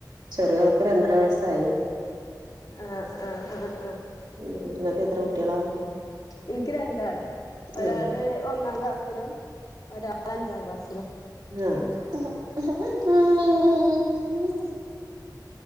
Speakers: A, on the right (about 75°); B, on the left (about 60°).
A: ചെറിയോൽക്ക് രണ്ടര വയസ്സായി
B: ആഹ് ആഹ് ആഹ് ആഹ്
A: ഉം നിങ്ങക്ക് എത്ര കുട്ടികളാ
B: എനിക്ക് രണ്ടാള് ഒരാള്
A: ഉം
B: ഒന്നാം ക്ലാസിലും ഒരാ അഞ്ചാം ക്ലാസ്സിലും.
A: ആഹ്‌